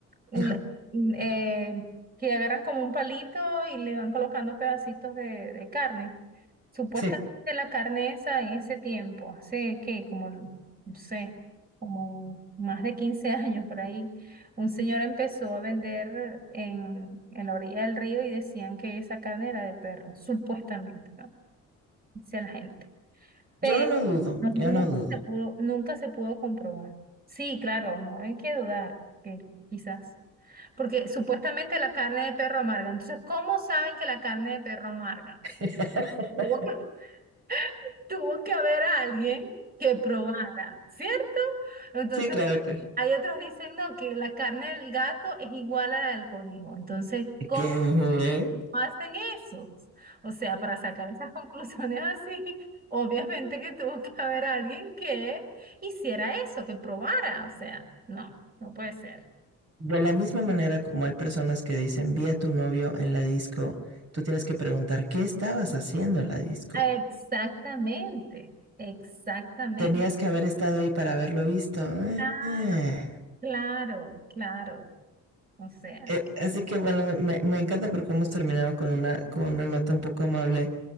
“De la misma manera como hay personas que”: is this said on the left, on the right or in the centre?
Right